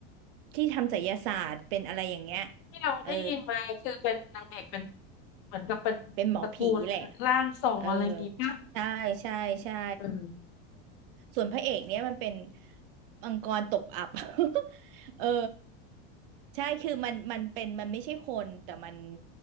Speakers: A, on the right; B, on the left.
A: ที่ทำไสยศาสตร์เป็นอะไรอย่างเงี้ย
B: ที่เราได้ยินมาคือเป็นนางเอกเป็น
A: เออ
B: เหมือนกับเป็นตระกูลร่างทรงอะไรงี้ป่ะ
A: เป็นหมอผีแหละเออใช่ใช่ใช่
B: อืม
A: ส่วนพระเอกเนี่ยมันเป็นมังกรตกอับ <laughs> เออใช่คือมันมันเป็นมันไม่ใช่คนแต่มัน